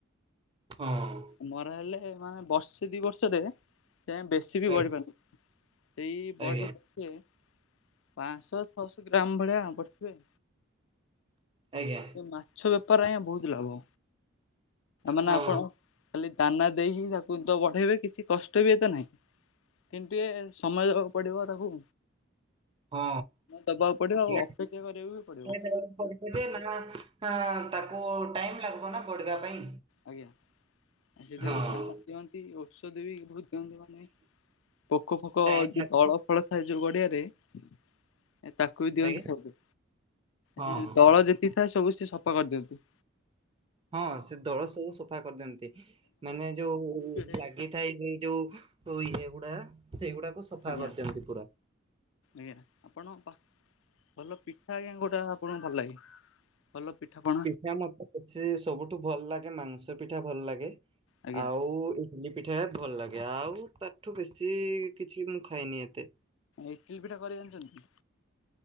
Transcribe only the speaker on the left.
ମରା ହେଲେ ମାନେ ବର୍ଷେ ଦି ବର୍ଷରେ ସେ ବେଶୀ ସି ବିି
ବଢ଼ି <unintelligible> ପାରୁ ସେଇ ବଢ଼ି
ପାଞ୍ଚଶହ ଛଅଶହ ଗ୍ରାମ ଭଳିଆ ବଢିଥିବେ।
ମାଛ ବେପାର ଆଜ୍ଞା ବହୁତ ଲାଭ ମାନେ
ଆପଣ ଖାଲି ଦାନା ଦେଇକି ତାକୁ ତ ବଢେଇବେ କିଛି କଷ୍ଟ ବି ଏତେ ନାହିଁ। କିନ୍ତୁ ଟିକେ ସମୟକୁ ପଡ଼ିବ ତାକୁ
ଦବାକୁ ପଡିବ ଆଉ
ଅପେକ୍ଷା କରିବାକୁ ବି ପଡିବ।
ଆଜ୍ଞା ଆ ସେଥିାଇଁ
ଧ୍ୟାନ ଦିଅନ୍ତି ଔଷଧ ବି ବହୁତ ଦିଅନ୍ତି। ପୋକ ଫୋକ
ଯୋଉ
ଦଳ ଫଳ ଥାଏ ଯୋଉ ଗଡିଆରେ ଏ ତାକୁ ବି ଦିଅନ୍ତି
<unintelligible> ଖେଳୁ
ସେ ଯେଉଁ ଦଳ ଯେତିକି ଥାଏ ସବୁ ସେ ସଫା କରିଦିଅନ୍ତି।
ଏ
ଆଜ୍ଞା
ଆଜ୍ଞା ଆପଣ ଭଲ ପିଠା ଆଜ୍ଞା ଗୋଟା କଣ ଭଲ ଲାଗେ ଭଲ ପିଠା ପଣା?
ଆଜ୍ଞା।
ଇଟଲି ପିଠା କରି ଆଣିଛନ୍ତି?